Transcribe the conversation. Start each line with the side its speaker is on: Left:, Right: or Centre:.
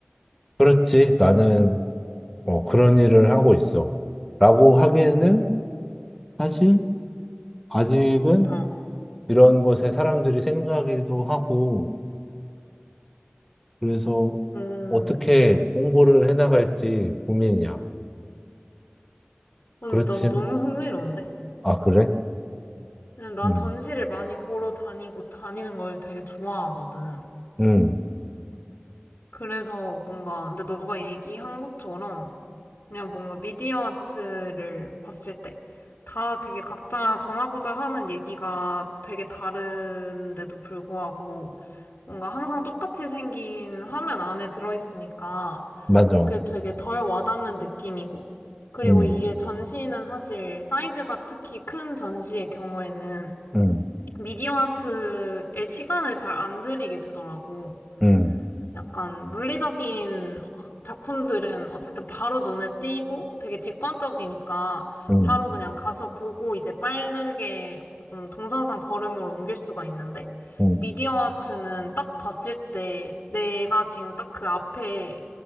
Centre: 그렇지. 나는 어, 그런 일을 하고 있어. 라고 하기에는 사실 아직은
Left: 어.
Centre: 이런 것에 사람들이 생소하기도 하고, 그래서
Left: 음,
Centre: 어떻게 홍보를 해나갈지 고민이야.
Left: 근데
Centre: 그렇지.
Left: 난 너무 흥미로운데?
Centre: 아, 그래?
Left: 그냥 난
Centre: 음,
Left: 전시를 많이 보러 다니고 다니는 걸 되게 좋아하거든.
Centre: 음,
Left: 그래서 뭔가, 근데 너가 얘기한 것처럼 그냥 뭔가 미디어 아트를 봤을 때 다 되게 각자 전하고자 하는 얘기가 되게 다른데도 불구하고 뭔가 항상 똑같이 생긴 화면 안에 들어있으니까
Centre: 맞아.
Left: 그게 되게 덜 와닿는 느낌이고 그리고
Centre: 음,
Left: 이게 전시는 사실 사이즈가 특히 큰 전시의 경우에는
Centre: 음,
Left: 미디어 아트에 시간을 잘 안 들이게 되더라고.
Centre: 음,
Left: 약간 물리적인 어, 작품들은 어쨌든 바로 눈에 띄고 되게 직관적이니까
Centre: 음,
Left: 바로 그냥 가서 보고 이제 빠르게 좀 동선상 걸음을 옮길 수가 있는데
Centre: 음,
Left: 미디어 아트는 딱 봤을 때 내가 지금 딱 그 앞에